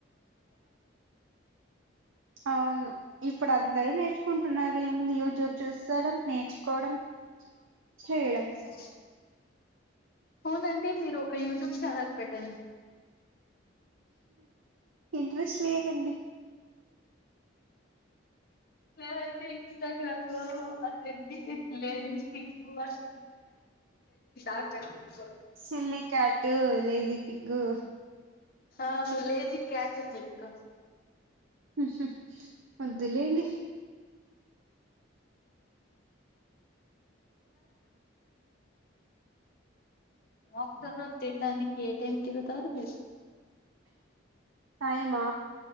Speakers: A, on the right; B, on the left.
A: అవును ఇప్పుడు అందరు నేర్చుకుంటున్నారు ఏముంది యూట్యూబ్ చూస్తడం నేర్చుకోవడం చేయడం
B: ఓ ఔ పోతంటే మీరు ఒక యూట్యూబ్ ఛానల్ పెట్టండి
A: ఇంట్రెస్ట్ లేదండి
B: ననైతే ఇన్స్టాగ్రామ్ లో ఆ లేగది లేనిదీ స్పీగువర్స్ <inaudible> చేసుకో
A: సిల్లి క్యాటు లేేజీ పిగు
B: హా లేజిక్ క్యాషన్ బెట్టకో
A: హు హు వద్దులెండి
B: ఆఫ్టర్నూన్ తినడానికి ఏ టైంకెళ్తారు మీరు
A: టైమా